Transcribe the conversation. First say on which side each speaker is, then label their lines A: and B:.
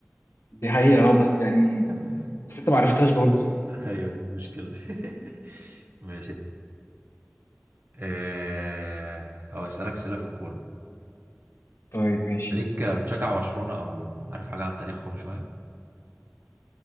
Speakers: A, on the left; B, on the right.
A: دي حقيقة اه بس يعني
B: <laughs>
A: بس انت معرفتهاش برضه
B: ايوه دي المشكله <laughs> ماشي أه... هو اسالك اسئله في الكوره
A: طيب ماشي
B: ليك بتشجع برشلونه او عارف حاجه عن تاريخهم شويه